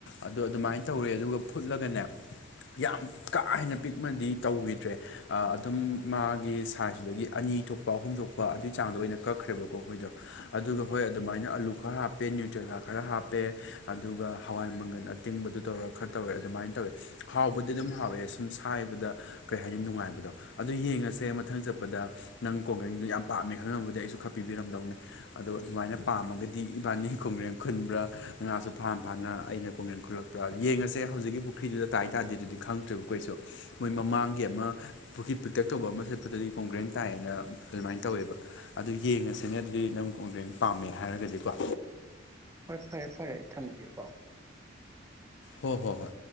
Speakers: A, on the left; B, on the right.
A: ꯑꯗꯣ ꯑꯗꯨꯃꯥꯏꯅ ꯇꯧꯔꯦ ꯑꯗꯨꯒ ꯐꯨꯠꯂꯒꯅꯦ ꯌꯥꯝ ꯀꯥ ꯍꯦꯟꯅ ꯄꯤꯛꯃꯗꯤ ꯇꯧꯈꯤꯗ꯭ꯔꯦ ꯑꯥ ꯑꯗꯨꯝ ꯃꯥꯒꯤ ꯁꯥꯏꯁꯗꯨꯗꯒꯤ ꯑꯅꯤ ꯊꯣꯛꯄ ꯑꯍꯨꯝ ꯊꯣꯛ ꯀꯣ ꯑꯗꯨꯏ ꯆꯥꯡꯗꯣ ꯑꯣꯏꯅ ꯀꯛꯈ꯭ꯔꯦꯕꯀꯣ ꯑꯈꯣꯏꯗꯣ ꯑꯗꯨꯒ ꯍꯣꯏ ꯑꯗꯨꯃꯥꯏꯅ ꯑꯂꯨ ꯈꯔ ꯍꯥꯞꯄꯦ ꯅꯨꯇ꯭ꯔꯦꯂꯥ ꯈꯔ ꯍꯥꯞ ꯄꯦ ꯑꯗꯨꯒ ꯍꯋꯥꯏ ꯃꯪꯒꯜ ꯑꯠ ꯇꯤꯡꯕꯗꯨ ꯇꯧꯔꯥ ꯈꯔ ꯇꯧꯔꯦ ꯑꯗꯨꯃꯥꯏꯟ ꯇꯧꯋꯦ ꯍꯥꯎꯕꯗꯤ ꯑꯗꯨꯝ ꯍꯥꯎꯋꯦ ꯁꯨꯝ ꯁꯥꯏꯕꯗ ꯀꯩ ꯍꯥꯏꯅꯤ ꯅꯨꯡꯉꯥꯏꯕꯗꯣ ꯑꯗꯨ ꯌꯦꯡꯉꯁꯦ ꯃꯊꯪ ꯆꯠꯄꯗ ꯅꯪ ꯀꯣꯡꯒ꯭ꯔꯦꯡꯗꯣ ꯌꯥꯝ ꯄꯥꯝꯃꯦ ꯈꯪꯉꯝꯃꯗꯤ ꯑꯩꯁꯨ ꯈꯔ ꯄꯤꯕꯤꯔꯝꯗꯧꯅꯤ ꯑꯗꯣ ꯑꯗꯨꯃꯥꯏꯅ ꯄꯥꯝꯃꯒꯗꯤ ꯏꯕꯥꯅꯤ ꯀꯣꯡꯒ꯭ꯔꯦꯡ ꯈꯨꯟꯕ꯭ꯔꯥ ꯉꯥꯁꯨ ꯐꯥ ꯐꯥꯅ ꯑꯩꯅ ꯀꯣꯡꯒ꯭ꯔꯦꯡ ꯈꯨꯜꯂꯛ ꯌꯦꯡꯉꯁꯦ ꯍꯧꯖꯤꯛꯀꯤ ꯄꯨꯈ꯭ꯔꯤꯗꯨꯗ ꯇꯥꯏ ꯇꯥꯗꯦꯗꯨꯗꯤ ꯈꯪꯗ꯭ꯔꯦꯕꯀꯣ ꯑꯩꯁꯨ ꯃꯣꯏ ꯃꯃꯥꯡꯒꯤ ꯑꯃ ꯄꯨꯈ꯭ꯔꯤ ꯄꯤꯛꯇꯛ ꯇꯧꯕ ꯑꯃ ꯆꯠꯄꯗꯗꯤ ꯀꯣꯡꯒ꯭ꯔꯦꯡ ꯇꯥꯏꯅ ꯑꯗꯨꯃꯥꯏ ꯇꯧꯋꯦꯕ ꯑꯗꯨ ꯌꯦꯡꯉꯁꯤꯅꯦ ꯑꯗꯨꯗꯤ ꯅꯪ ꯀꯣꯡꯒ꯭ꯔꯦꯡ ꯄꯥꯝꯃꯦ ꯍꯥꯏꯔꯒꯗꯤꯀꯣ
B: ꯍꯣꯏ ꯐꯔꯦ ꯐꯔꯦ ꯑꯩ ꯊꯝꯒꯤꯒꯦꯀꯣ
A: ꯍꯣ ꯍꯣꯏ ꯍꯣꯏ